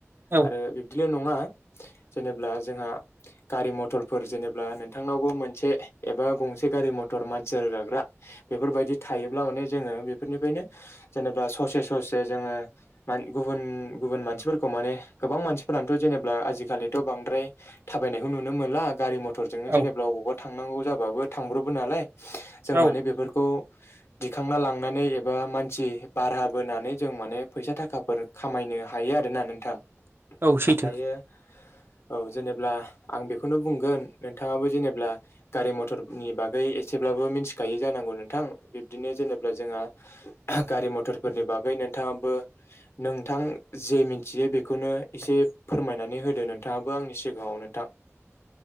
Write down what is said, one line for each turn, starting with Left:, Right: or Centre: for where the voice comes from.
Right: औ
Left: आरो बिब्दिया नङा जेनेब्ला जोंहा गारि मथरफोर जेनेब्ला नोंथांनावबो मोनसे एबा गंसे गारि म थर मानसि रोगाग्रा बेफोरबायदि थायोब्ला माने जोङो बेफोरनिफ्रायनो जेनेबा ससे ससे जोङो <unintelligible> गुबुन गुबुन मानसिफोरखौ माने गोबां मानसिफोरानोथ' जेनेब्ला आ जिखालिथ' बांद्राय थाबायनायखौ नुनो मोनला गारि म टरजोंनो
Right: औ
Left: जेनेबा अबावबा थांनांगौ जाबाबो थांब्रबो नालाय जों
Right: औ
Left: माने बेफोरखौ दिखांना लांनानै एबा मानसि बाराह बोनानै जों माने फैसा थाखाफोर खामायनो हायो आरो ना नोंथां।
Right: औ सैथो
Left: दायो औ जेनेबा आं बेखौनो बुंगोन नोंथाङाबो जेनेबा गारि मथरनि बागै एसे ब्लाबो मिनथिखायो जानांगौ नोंथां। बिबदिनो जेनेबा जोंहा <unintelligible> गारि म टरफोरनि बागै नोंथाङाबो नोंथां जे मिनथियो बेखौनो एसे फोरमायनानै होदो नोंथाङाबो आंनि सिगाङाव नोंथां।